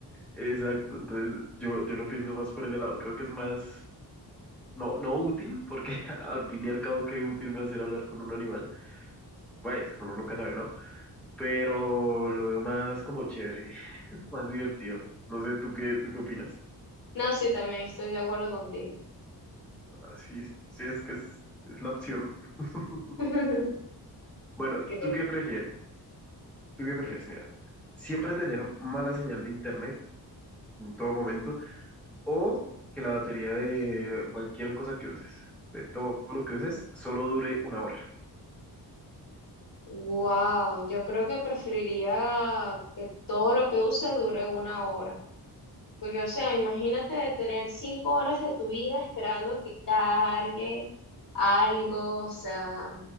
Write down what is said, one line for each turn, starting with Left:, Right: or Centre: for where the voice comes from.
Centre: Exacto, entonces yo, yo lo pienso más por ese lado, creo que es más, no, no útil, porque <laughs> al fin y al cabo qué útil va a ser hablar con un animal, pues uno nunca sabe, ¿no? Pero lo veo más como chévere, <laughs> más divertido. No sé, ¿tú qué, tú qué opinas?
Left: No, sí, también estoy de acuerdo contigo.
Centre: Así, sí, sí, es que es, es la opción. <laughs>
Left: <laughs>
Centre: Bueno,
Left: Ok.
Centre: ¿tú qué prefieres? ¿Tú qué prefieres? Mira, siempre tener mala señal de internet en todo momento, o que la batería de cualquier cosa que uses, de todo lo que uses, solo dure una hora.
Left: Wow, yo creo que preferiría que todo lo que use dure una hora. Porque, o sea, imagínate tener cinco horas de tu vida esperando que cargue algo, o sea,